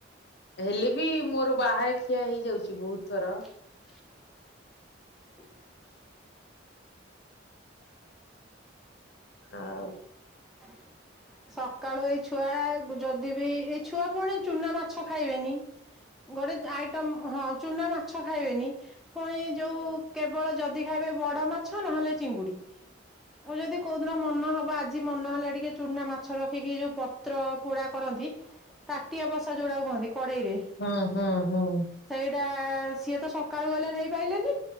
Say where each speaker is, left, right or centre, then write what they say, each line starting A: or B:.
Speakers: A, on the left; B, in the centre.
A: ହେଲେ ବି ମୋର ବାହାରେ ଖିଆ ହେଇଯାଉଛି ବହୁତ ଥର।
B: <inaudible> <inaudible>
A: ଆଉ
B: ସକାଳୁ ଏଇ ଛୁଆ ଯଦି ବିି ଏଇ ଛୁଆ ପୁଣି ଚୁନା ମାଛ ଖାଇବେନି। ଗୋଟେ ଆଇଟମ ହଁ ଚୁନା ମାଛ ଖାଇବେନି। ପୁଣି ଯୋଉ କେବଳ ଯଦି ଖାଇବେ ବଡ ମାଛ ନହେଲେ ଚିଙ୍ଗୁଡି ଆଉ ଯଦି କୋ ମନ ହବ ଆଜି ମନ ହେଲା ଟିକେ ଚୁନା ମାଛ ରଖିକି ଯୋଉ ପତ୍ର ପୋଡା କରନ୍ତି ତାଟିଆ ବସା ଯୋଉଟାକୁ କହନ୍ତି କଡେଇ ରେ।
A: ହୁଁ ହୁଁ ହୁଁ।
B: ସେଇଟା ସିଏ ତ ସକାଳୁ ଗଲେ ନେଇପାଇଲେନି